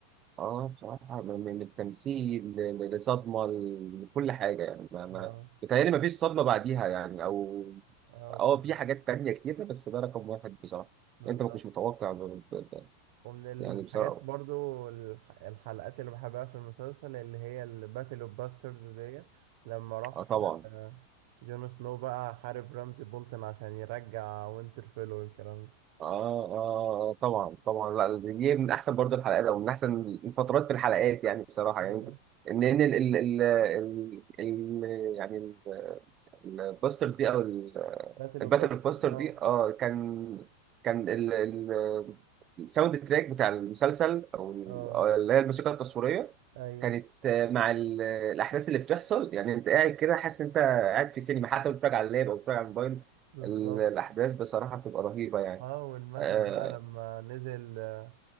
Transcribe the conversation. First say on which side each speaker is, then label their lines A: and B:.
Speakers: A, on the right; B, on the right.
A: اه بصراحة من من التمثيل ل- ل- لصدمة ل- لكل حاجة يعني ما ما
B: اه
A: بيتهيألي ما فيش صدمة بعديها يعني أو
B: اه بصراحة
A: اه في حاجات تانية كتير بس ده رقم واحد بصراحة
B: بالظبط
A: أنت ما كنتش متوقع ب- ب- ب-
B: ومن الحاجات
A: يعني بصراحة
B: برضو الح... الحلقات اللي بحبها في المسلسل اللي هي الباتل اوف باسترز دي لما راح
A: اه طبعا
B: آه، جون سنو بقى حارب رمزي بولتن عشان يرجع وينترفيل والكلام ده
A: اه اه طبعا طبعا لا دي من أحسن برضه الحلقات أو من أحسن الفترات في الحلقات يعني بصراحة
B: ايوه
A: يعني إن إن ال ال ال ال ال- يعني البوستر دي أو
B: باتل
A: الباتل
B: اوف باسترز
A: كوستر دي
B: اه
A: اه كان كان ال ال الساوند تراك بتاع المسلسل او ال-
B: اه
A: أو اللي هي الموسيقى التصويريه
B: ايوه
A: كانت آه، مع ال- الاحداث اللي بتحصل يعني انت قاعد كده حاسس ان انت قاعد في سينما حتى لو بتتفرج على اللاب او بتتفرج على الموبايل
B: بالظبط
A: ال- الاحداث بصراحه بتبقى رهيبه يعني
B: اه والمشهد
A: اه
B: بقى لما نزل آه،